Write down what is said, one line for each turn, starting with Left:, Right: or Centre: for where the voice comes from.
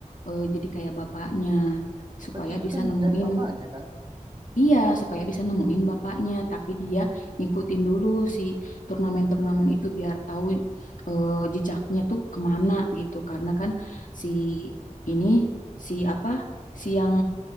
Left: eh, jadi kayak bapaknya supaya
Right: Kan Cilegon
Left: bisa
Right: kan
Left: nemuin
Right: nyari bapaknya kan.
Left: Iya, supaya bisa nemuin bapaknya, tapi dia ngikutin dulu si turnamen-turnamen itu biar tahu eh, jejaknya tuh kemana gitu. Karena kan si ini, si apa, si yang